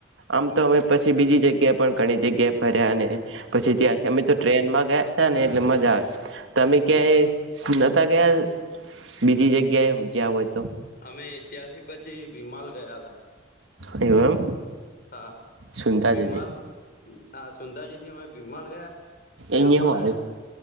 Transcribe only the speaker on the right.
આમ તો અમે પછી બીજી જગ્યા પણ ઘણી જગ્યાએ ફર્યા અને પછી ત્યાં અમે
તો ટ્રેન માં ગયા ત ને એટલે મજા આવે તો અમે ક્યાંય
નતા ગયા બીજી જગ્યા એ જ્યા હોય તો.
એવું એમ.
સુનતા
જ હતી
અહિયાં
હું